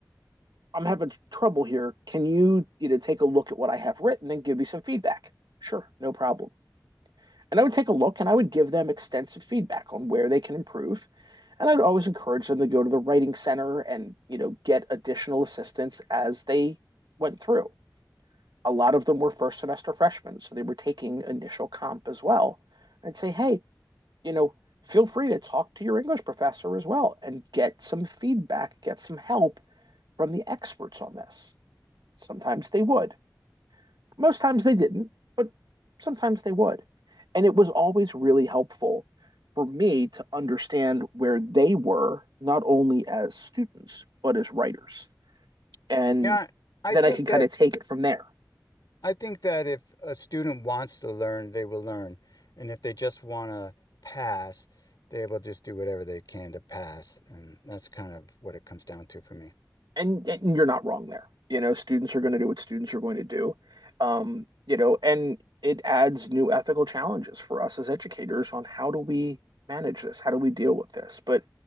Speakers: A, on the right; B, on the left.
A: I'm having trouble here. Can you, you know, take a look at what I have written and give me some feedback? Sure, no problem. And I would take a look and I would give them extensive feedback on where they can improve. And I'd always encourage them to go to the writing center and, you know, get additional assistance as they went through. A lot of them were first semester freshmen, so they were taking initial comp as well. I'd say, hey, you know, feel free to talk to your English professor as well and get some feedback, get some help from the experts on this. Sometimes they would. Most times they didn't, but sometimes they would. And it was always really helpful for me to understand where they were, not only as students, but as writers. And
B: Yeah. I
A: then
B: think
A: I can
B: that
A: kind of take it from there.
B: I think that if a student wants to learn, they will learn. And if they just want to pass, they will just do whatever they can to pass. And that's kind of what it comes down to for me.
A: And, and you're not wrong there. You know, students are going to do what students are going to do. Um, you know, and it adds new ethical challenges for us as educators on how do we manage this? How do we deal with this? But